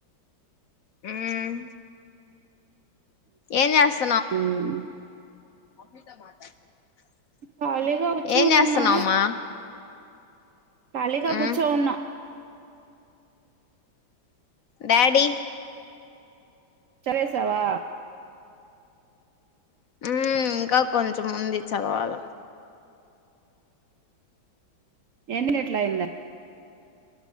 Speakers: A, on the left; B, on the right.
A: ఉం ఏం జాస్
B: ఉం
A: <inaudible>
B: ఖాళీగా కూచుని
A: ఏం చేస్తున్నావుమా
B: ఉన్నా ఖాలీగా
A: మ్మ్
B: కూర్చో ఉన్నా
A: డాడీ
B: చదివేసావా
A: ఉం ఇంకా కొంచెం ఉంది చదవాల
B: ఎన్ని నీట్లాయింద